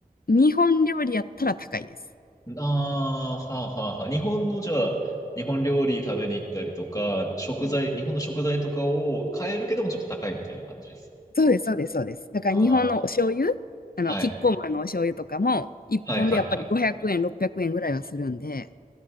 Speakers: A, on the left; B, on the left.
A: 日本料理やったら高いです。
B: ああー、はあはあはあ。日本のじゃあ、日本料理食べに行ったりとか、食材、
A: うん
B: 日本の食材とかを買えるけどもちょっと高いみたいな感じです。
A: そうです、そうです、そうです。だから日本のお醤油、
B: あ
A: あの、
B: あ、はい。
A: キッコーマンのお醤油とかも、一本でやっぱり500円、
B: はいはいはい。
A: 600円ぐらいはするんで、